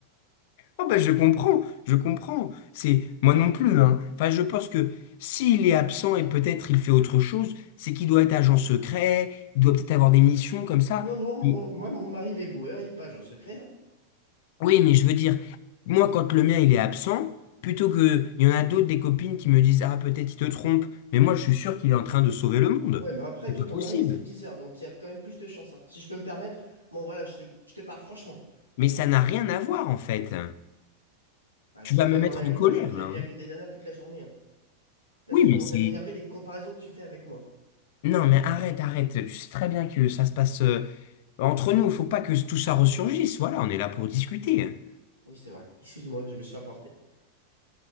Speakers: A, on the left; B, on the left.
A: Ah bah je comprends, je comprends. C'est moi non plus, hein. Enfin, je pense que s'il est absent et peut-être il fait autre chose, c'est qu'il doit être agent secret, il doit peut-être avoir des missions comme ça.
B: Non, non,
A: Et-
B: mon- moi, mon mari, il est boueur, il est pas agent secret. hein.
A: Oui, mais je veux dire, moi quand le mien il est absent, plutôt que il y en a d'autres des copines qui me disent ah peut-être il te trompe, mais moi je suis sûr qu'il est en train de sauver le monde.
B: Ouais, mais après,
A: C'est
B: toi,
A: pas
B: ton
A: possible.
B: mari est stripteaseur, donc il y a quand même plus de chance. hein. Si je peux me permettre, bon, voilà, je te, je te parle franchement.
A: Mais ça n'a rien à voir en fait.
B: Bah,
A: Tu
B: c'est
A: vas
B: quand
A: me
B: même
A: mettre
B: un allume,
A: en colère
B: euh, il,
A: là.
B: il
A: hein.
B: allume des nanas toute la journée. hein. Là,
A: Oui,
B: ça
A: mais
B: commence
A: c'est
B: à m'énerver les comparaisons que tu fais avec moi.
A: Non, mais arrête, arrête. Tu sais très bien que ça se passe. euh, Entre nous, il faut pas que tout ça ressurgisse. Voilà, on est là pour discuter.
B: Oui, c'est vrai. Excuse-moi, je me suis emporté.